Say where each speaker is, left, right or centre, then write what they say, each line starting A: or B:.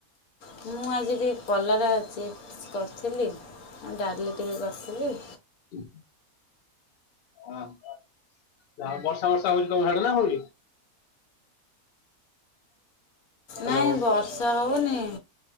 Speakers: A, on the left (about 75°); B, on the left (about 60°).
A: ମୁଁ ଆଜି ଟିକେ କଲରା ଚିପ୍ସ କରିଥିଲି ଆଉ ଡାଲି ଟିକେ କରିଥିଲି।
B: ହୁଁ। ହ <unintelligible> ବର୍ଷା ବର୍ଷା ହଉଛି ତମ ସାଡେ ନ ହଉନି? ହ୍ୟାଲୋ
A: ନାଇଁ ବର୍ଷା ହଉନି